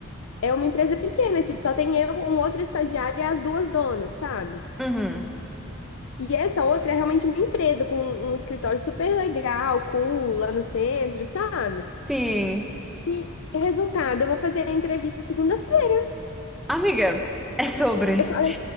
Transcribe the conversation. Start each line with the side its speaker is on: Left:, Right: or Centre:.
Left: é uma empresa pequena, tipo, só tem eu, um outro estagiário e as duas donas, sabe?
Centre: Uhum.
Left: E essa outra é realmente uma empresa com um um escritório super legal, cool, lá no centro, sabe?
Centre: Sim.
Left: E resultado, eu vou fazer a entrevista segunda-feira.
Centre: Amiga, é sobre.
Left: Eu falei,